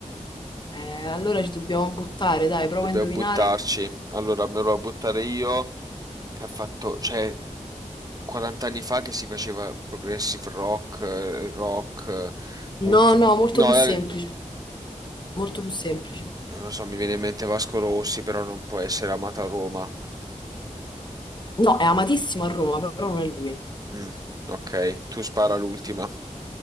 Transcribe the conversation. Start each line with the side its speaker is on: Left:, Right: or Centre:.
Left: Eh, allora ci dobbiamo buttare, dai, prova
Right: Dobbiamo
Left: a indovinare.
Right: buttarci. Allora, me lo vado a buttare io, che ha fatto, cioè, 40 anni fa che si faceva progressive rock, eh, rock, eh, punti...
Left: No, no, molto
Right: No,
Left: più
Right: eh,
Left: semplice, molto più semplice.
Right: non lo so, mi viene in mente Vasco Rossi, però non può essere amato a Roma.
Left: No, è amatissimo a Roma, però non è lui.
Right: Mm, ok, tu spara l'ultima.